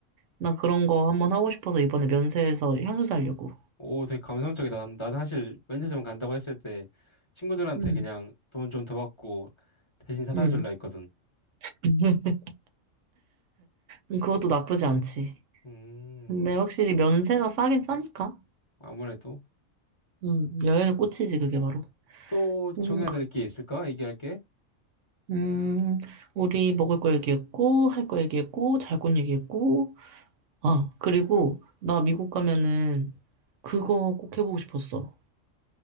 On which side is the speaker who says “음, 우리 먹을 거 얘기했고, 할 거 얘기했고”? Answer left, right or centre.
Right